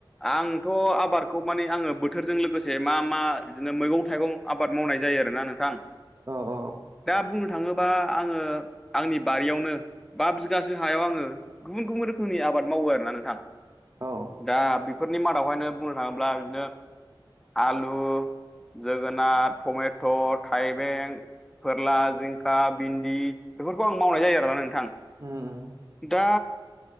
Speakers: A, in the centre; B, on the right (about 40°).
A: आंथ' आबाद खौ माने आङो बोथोरजों लोगोसे मा मा बिदिनो मैगं थाइगं आबाद मावनाय जायो आरोना नोंथां।
B: औ औ।
A: दा बुंनो थाङोबा आङो आंनि बारियावनो बा बिगोसो हायाव आङो गुबुन गुबुन रोखोमनि आबाद मावो आरोना नोंथां।
B: औ
A: दा बेफोरनि मादावहायनो बुंनो थाङोब्ला बिदिनो आलु, जोगोनार, टमेट', थाइबें फोरला जिंखा भिन्दि बेफोर खौ आं मावनाय जायो आरोना नोंथां
B: उम
A: दा